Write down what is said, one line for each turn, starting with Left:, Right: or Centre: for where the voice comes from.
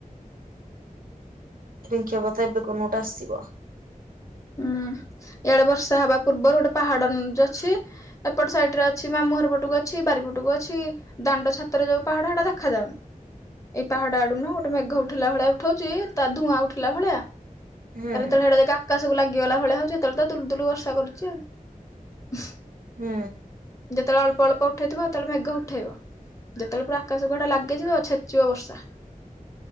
Right: ରିଙ୍କି ଅବତା ଏବେ କନ ଗୋଟେ ଆସିବ।
Left: ହୁଁ ଇଆଡେ ବର୍ଷ ହବା ପୂର୍ବରୁ ଗୋଟେ ପାହାଡ ଉନ୍ ଯ ଅଛି ଏପଟ ସାଇଡରେ ଅଛି ମାମୁଁଘର ପଟକୁ ଅଛି ବାରିପଟକୁ ଅଛି। ଦାଣ୍ଡ ଛାତରେ ଯୋଉ ପାହାଡ ହେଟା ଦେଖାଯାଉନି। ଏଇ ପାହାଡ ଆଡୁ ନୁହଁ ଗୋଟେ ମେଘ ଉଠେଇଲା ଭଳିଆ ଉଠୋଉଚି ତା ଧୂଆଁ ଉଠିଲା ଭଳିଆ।
Right: ହୁଁ
Left: ତାପରେ ଯେତେଳେ ହେଟା ଯାଇକି ଆକାଶକୁ ଲାଗିଗଲା ଭଳିଆ ହୋଉଚି ସେତେଳେ ତ ଦୁଲୁଦୁଲୁ ବର୍ଷା କରୁଚି ଆଉ।
Right: ହୁଁ।
Left: ଯେତଳେ ଅଳ୍ପଅଳ୍ପ ଉଠେଇଥିବ ସେତଳେ ମେଘ ଉଠେଇବ ଯେତଳେ ପୁର ଆକାଶକୁୁ ହେଟା ଲାଗିଯିବ ଛେଚିବ ବର୍ଷା।